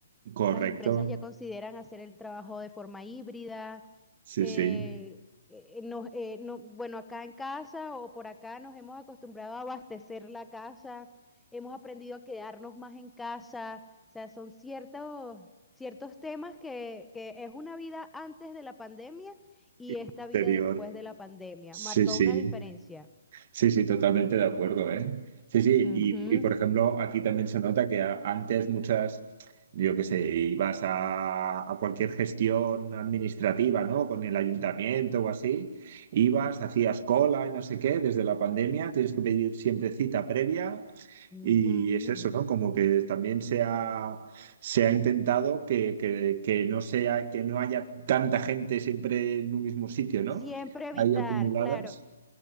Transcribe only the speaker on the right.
correcto.
Sí,
sí.
Y posterior.
Sí,
sí,
sí, sí, totalmente de acuerdo, ¿eh? Sí, sí,
y, y, por ejemplo, aquí también se nota que a- antes muchas, yo qué sé, ibas a, a cualquier gestión administrativa, ¿no? Con el ayuntamiento o así, ibas, hacías cola y no sé qué, desde la pandemia tienes que pedir siempre cita previa
y es eso, ¿no? Como que también se ha, se ha intentado que, que- que no sea, que no haya tanta gente siempre en un mismo sitio, ¿no?
Ahí acumuladas.